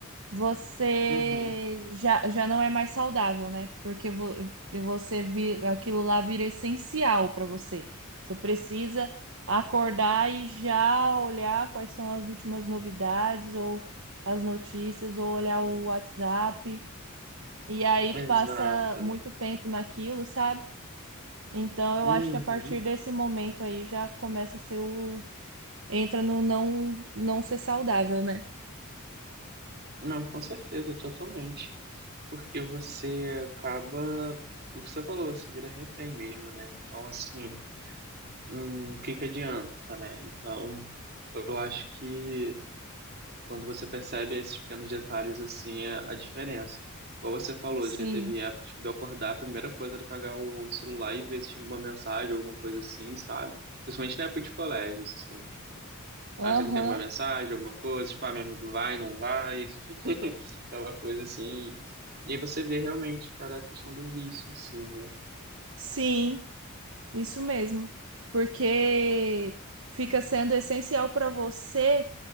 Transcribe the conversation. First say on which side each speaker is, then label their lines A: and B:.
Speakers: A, on the right; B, on the right.
A: você
B: Uhum,
A: já, já não é mais saudável, né? Porque vo- você vi- aquilo lá vira essencial para você. Você precisa acordar e já olhar quais são as últimas novidades ou as notícias, ou olhar o WhatsApp. E aí passa
B: exato.
A: muito tempo naquilo, sabe? Então eu
B: Uhum.
A: acho que a partir desse momento aí já começa a ser o entra no não não ser saudável, né?
B: Não, com certeza, totalmente. Porque você acaba, o que você falou, você vira refém mesmo, né? Então, assim, hum, o que que adianta, né? Então, eu acho que quando você percebe esses pequenos detalhes, assim, é a diferença. Como você falou,
A: Sim.
B: já teve época, tipo, de eu acordar, a primeira coisa era pegar o celular e ver se tinha alguma mensagem, alguma coisa assim, sabe? Principalmente na época de colégio, assim, tipo
A: Aham.
B: acha que tem alguma mensagem, alguma coisa, tipo, ah, meu amigo vai, não vai, <laughs> aquela coisa assim. E aí você vê realmente, cara, a questão do vício, sim, né?
A: Sim, isso mesmo. Porque fica sendo essencial para você